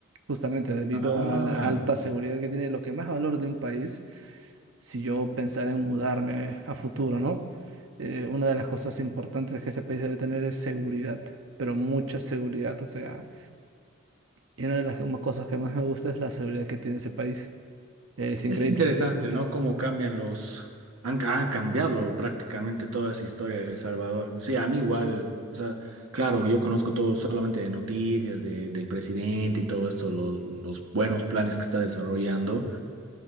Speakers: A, on the right (about 60°); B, on the right (about 80°).
A: justamente debido
B: Ah,
A: a la alta seguridad que tiene, lo que más valor de un país, si yo pensara en mudarme a futuro, ¿no? Eh, una de las cosas importantes que ese país debe tener es seguridad, pero mucha seguridad, o sea y una de las como cosas que más me gusta es la seguridad que tiene ese país. Es increíble.
B: es interesante, ¿no? Cómo cambian los... Han, ca- han cambiado prácticamente toda esa historia de El Salvador. Sí, a mí igual, o sea, claro, yo conozco todo solamente de noticias, de- del presidente y todo esto, los, los buenos planes que está desarrollando,